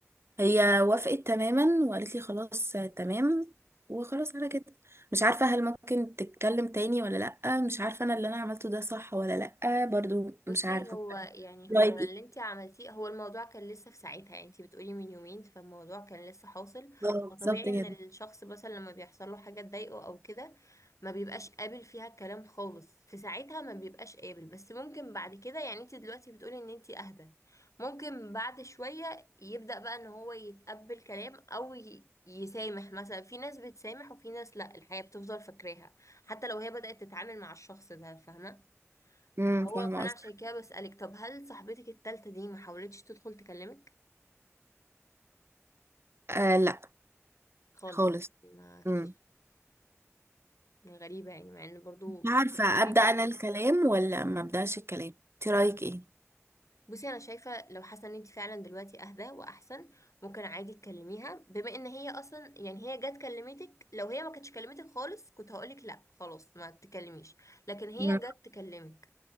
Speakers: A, on the right (about 55°); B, on the left (about 80°).
A: هي وافقت تماما وقالت لي خلاص تمام وخلاص على كده مش عارفة هل ممكن تتكلم تاني ولا لأ مش عارفة انا اللي انا عملته ده صح ولا لأ برضو
B: بصي
A: مش عارفة
B: هو يعني
A: رايك
B: هو اللي
A: إيه؟
B: انت عملتيه هو الموضوع كان لسه في ساعتها يعني انت بتقولي من يومين فالموضوع كان لسه حاصل
A: اه
B: فطبيعي
A: بالظبط
B: ان
A: كده
B: الشخص مثلا لما بيحصل له حاجه تضايقه او كده ما بيبقاش قابل فيها الكلام خالص في ساعتها ما بيبقاش قابل بس ممكن بعد كده يعني انت دلوقتي بتقولي ان انت اهدى ممكن بعد شويه يبدأ بقى ان هو يتقبل كلام او ي- يسامح مثلا في ناس بتسامح وفي ناس لا الحياه بتفضل فاكراها حتى لو هي بدأت تتعامل مع الشخص ده فاهمه
A: امم
B: هو
A: فاهمة
B: فانا
A: قصدك
B: عشان كده بسألك طب هل صاحبتك التالتة دي ما حاولتش تدخل تكلمك
A: آه لا
B: خالص
A: خالص
B: يعني ما فيش
A: امم
B: يعني غريبة يعني مع ان برضو
A: مش
B: بتقولي
A: عارفة أبدأ أنا
B: كده.
A: الكلام ولا ما أبدأش
B: مم.
A: الكلام انت رأيك ايه
B: بصي انا شايفة لو حاسة ان انت فعلا دلوقتي اهدى واحسن ممكن عادي تكلميها بما ان هي اصلا يعني هي جت كلمتك لو هي ما كانتش كلمتك خالص كنت هقولك لا خلاص ما تكلميش لكن هي
A: مم.
B: جت تكلمك